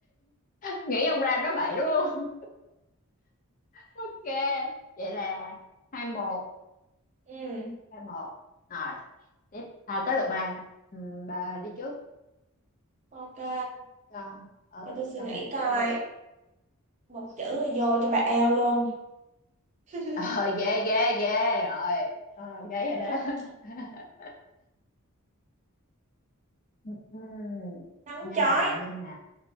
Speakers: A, on the left (about 40°); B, on the right (about 35°).
A: Nghĩ ông ra nói bậy đúng không <laughs> Ok Vậy là hai một
B: Ừ.
A: hai một rồi tiếp à tới lượt bà Ừm, bà đi trước
B: Ok.
A: cho ờ
B: Để tôi suy
A: cho
B: nghĩ
A: một
B: coi.
A: chỗ đi
B: Một chữ rồi vô cho bà eo luôn. <laughs>
A: ờ ghê ghê ghê rồi tôi đầu giấy rồi đó
B: Ừ,
A: <laughs> Ừm,
B: nắng
A: nhanh
B: chói
A: nè nhanh nè